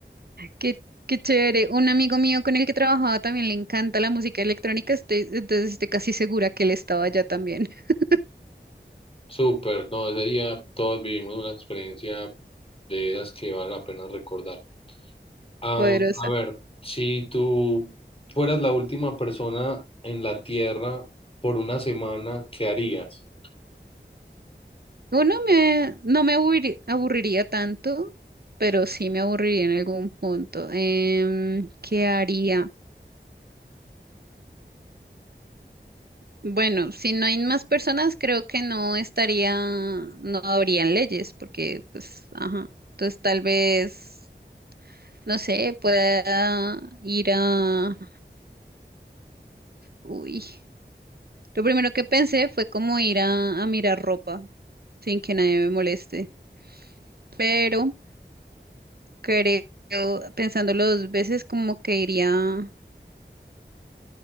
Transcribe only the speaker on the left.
Súper, no, ese día todos vivimos una experiencia de esas que vale la pena recordar. Ah,
a ver, si tú fueras la última persona en la Tierra por una semana, ¿qué harías?